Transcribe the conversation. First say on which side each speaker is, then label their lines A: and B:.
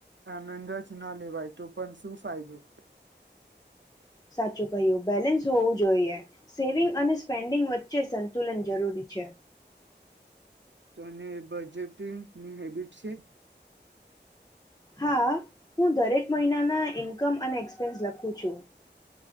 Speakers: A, on the right; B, on the left.
A: આનંદ જ ના લેવાય તો પણ શું ફાયદો.
B: સાચું કહ્યું બેલેન્સ હોવું જોઈએ સેવિંગ અને સ્પેન્ડિંગ વચ્ચે સંતુલન જરૂરી છે.
A: તોને એ બજેટંગની હેબિટ છે
B: હા હું દરેક મહિનાના ઇન્કમ અને એક્સપેન્સ લખું છું